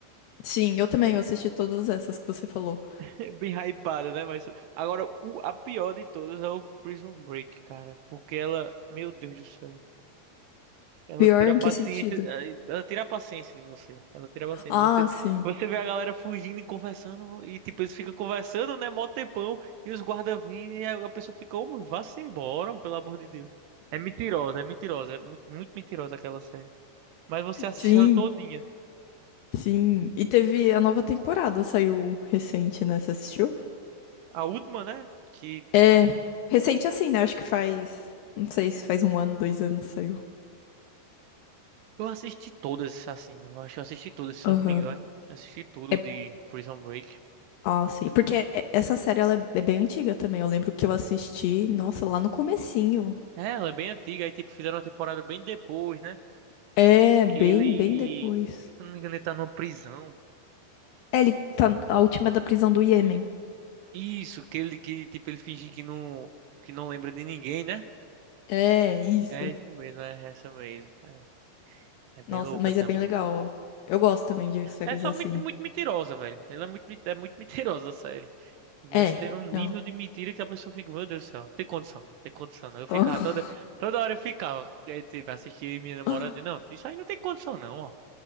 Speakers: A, on the left; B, on the right.
A: Sim, eu também, eu assisti todas essas que você falou.
B: <laughs> bem hypadas, né? Mas agora, o, a pior de todas é o Prison Break, cara, porque ela, meu Deus do céu, ela
A: Pior
B: tira a
A: em
B: paciência,
A: que sentido?
B: eh, ela tira a paciência de você, ela tira a paciência.
A: Ah,
B: Você,
A: sim.
B: você vê a galera fugindo e conversando, e tipo, eles ficam conversando, né, mó tempão, e os guardas vindo, e a, a pessoa fica, ô, vá-se embora, pelo amor de Deus. É mentirosa, é mentirosa, é muito, muito mentirosa aquela série. Mas você assiste
A: Sim,
B: ela todinha.
A: sim. E teve a nova temporada, saiu recente, né? Você assistiu?
B: A última, né? Que
A: É, recente assim, né? Acho que faz. Não sei se faz um ano, dois anos saiu.
B: eu assisti todas, assim. Eu acho que eu assisti todas, se
A: Aham.
B: eu não me engano. Assisti tudo
A: É,
B: de Prison Break.
A: ah, sim. Porque essa série ela é bem antiga também. Eu lembro que eu assisti, nossa, lá no comecinho.
B: É, ela é bem antiga. Aí, tipo, fizeram uma temporada bem depois, né?
A: É, bem,
B: Que ele.
A: bem depois.
B: Se eu não me engano, ele tá numa prisão.
A: É, ele tá. A última é da prisão do Iêmen.
B: Isso, que ele, que, tipo, ele finge que não, que não lembra de ninguém, né?
A: É, isso.
B: É isso mesmo, é essa mesmo. É, é bem
A: Nossa,
B: louca
A: mas
B: também.
A: é bem legal. Eu gosto também de séries
B: É, é só
A: assim.
B: muito, muito mentirosa, velho. Ela é muito, é muito <laughs> mentirosa, a série. Deve ser
A: É,
B: um nível
A: não.
B: de mentira que a pessoa fica, meu Deus do céu, não tem condição, não tem condição, não. Eu ficava
A: <laughs>
B: toda, toda hora eu ficava, eh, tipo, assistia minha namorada,
A: Ah.
B: dizia, não, isso aí não tem condição, não, ó.